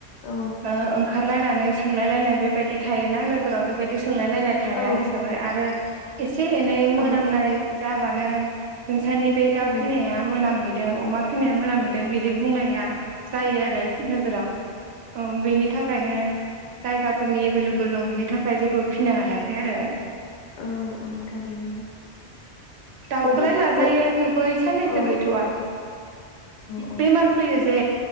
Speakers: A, on the left; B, on the right.
A: औ
B: ओ ओंखारलायनानै सोंलायलायनाय बेबायदि थायो ना नोगोराव बेबायदि सोंलायलायनाय थाया
A: औ
B: हिसाबै आरो <unintelligible> एसे एनै मोनामनाय
A: औ
B: जाबानो <unintelligible> आसानि बे दा
A: औ
B: फिनाया मोनामहै दों अमा फिसिनाया मोनामहैदों बिदि बुंनाया जायो आरो नोगोराव औ बेनि थाखायनो जायगाफोरनि एभेलेबोल नङिनि थाखाय जेबो फिनो हायाखै आरो
A: औ औ थारैनो
B: दाउखौलाय
A: अब्ला
B: लाजायो
A: औ
B: थेवबो साननैसो
A: औ औ
B: गैथ'वा
A: औ
B: बेमार फैयो जे